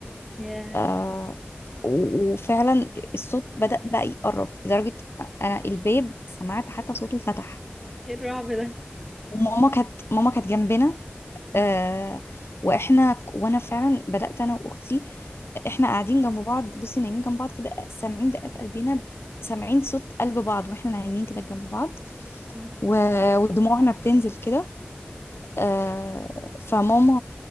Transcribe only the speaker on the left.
آه و- وفعلا الصوت بدأ بقى يقرب لدرجة أنا الباب سمعت حتى صوته فتح
وماما كانت ماما كانت جنبنا
آه واحنا ك- وانا فعلا بدات انا واختي احنا قاعدين جنب بعض بصي نايمين جنب بعض كده سامعين دقات قلبنا سامعين صوت قلب بعض واحنا نايمين كده جنب بعض
و... ودموعنا بتنزل كده آه، فماما